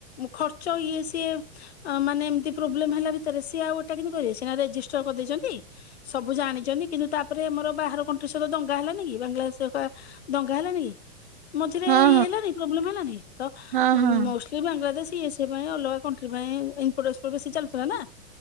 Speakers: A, on the left; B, on the right.
A: ଖର୍ଚ୍ଚ ଇଏ ସିଏ ମାନେ ଏମତି ପ୍ରୋବ୍ଲେମ ହେଲା ଭିତରେ ସିଏ ଆଉ ଏଟା କେମିତି କରିବେ ସିନା ରେଜିଷ୍ଟର କରିଦେଇଛନ୍ତି ସବୁ ଜାଣିଛନ୍ତି। କିନ୍ତୁ ତାପରେ ଆମର ବାହାର କଣ୍ଟ୍ରି ସହିତ ଦଙ୍ଗ ଦଙ୍ଗା ହେଲାନ କି ବାଂଲା ଦେଶରେ ପା ଦଙ୍ଗା ହେଲାନି କି? ମଝିରେ
B: ହଁ
A: ଇଏ ହେଲାନି ପ୍ରୋବ୍ଲେମ ହେଲାନି ତ
B: ହଁ ହଁ ହଁ
A: ମୋ କି ବାଂଲାଦେଶ ଇଏ ସିଏ ପାଇଁ ଅଲଗା କଣ୍ଟ୍ରି ପାଇଁ ଇପୋଟକ୍ପୋର୍ଟ ବେଶୀ ଚାଲିଥିଲା ନ?